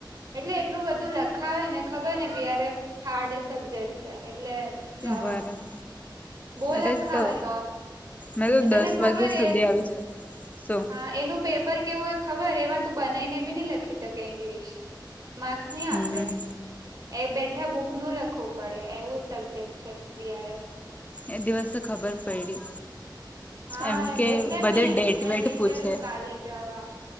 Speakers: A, on the right; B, on the left.
A: એટલે એટલું બધું લખાવે ને ખબર ને બીઆએફ હાર્ડ સબ્જેક્ટ છે એટલે જવા
B: બરાબર
A: બો
B: અરે
A: લખાવે
B: તો
A: લોન-
B: મેં તો
A: એ તને
B: દસ
A: ખબર
B: વાગ્યા સુધી
A: એ
B: આવી જ શું
A: હા એનું પેપર તેવું એ ખબર એમાં તું બનાવીને બી નહી લખી શકે ઈંગ્લિશ માર્ક્સ ની
B: હમ
A: આપે એ બેઠા બુક નું લખવું પડે એવું સબ્જેક્ટ છે બીઆરએફ
B: એ દિવસે ખબર પયડી
A: હા
B: એમ કે
A: એટલે
B: બધે
A: મેં
B: ડેટ
A: મેં
B: વેટ
A: વિચાર્યું
B: પૂછે.
A: કાલે જવા